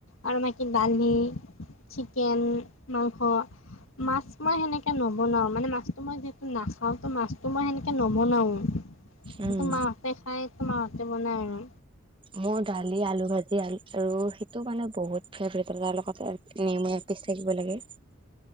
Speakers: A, on the left; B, on the right.
A: আৰু বাকী দালি চিকেন মাংস। মাছ মই সেনেকে নবনাও মানে মাছটো মই যিহেতু নাখাও ত মাছতো মই সেনেকে। নবনাও,
B: উম
A: এইটো মাহঁতে খাই এইটো মাহঁতে বনাই আৰু।
B: মই দালি আলু ভাজিল আৰু সেইটো মানে বহুত ফেভট। তাৰ লগতে নেমু অপিচ থাকিব লাগে।